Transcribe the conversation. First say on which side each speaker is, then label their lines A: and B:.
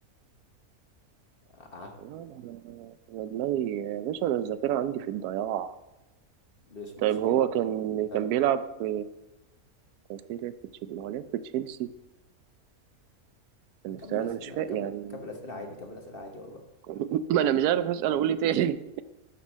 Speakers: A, on the left; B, on the right.
A: اه
B: آه، أنا دماغي يا باشا أنا الذاكرة عندي في الضياع
A: مش مشكله
B: طيب هو كان
A: اه
B: كان بيلعب في كان في لعب في تشيلسي ما هو لعب في تشيلسي بس
A: كمل
B: أنا
A: اسئله
B: مش فاهم
A: كمل
B: يعني
A: كمل اسئله عادي كمل اسئله عادي والله
B: <laughs> ما أنا مش عارف أسأل أقول إيه تاني